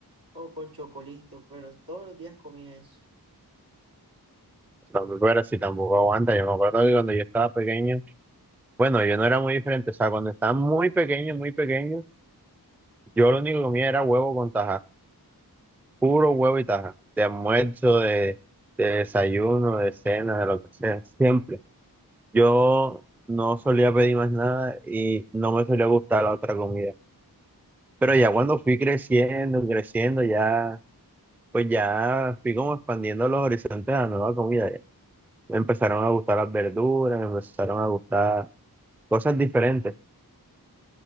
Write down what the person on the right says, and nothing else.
o con chocolito, pero todos los días comía eso.